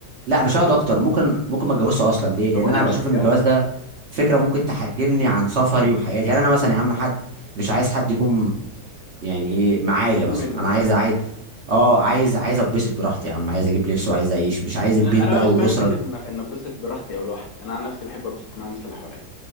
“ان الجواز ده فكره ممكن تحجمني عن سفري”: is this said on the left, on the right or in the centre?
Right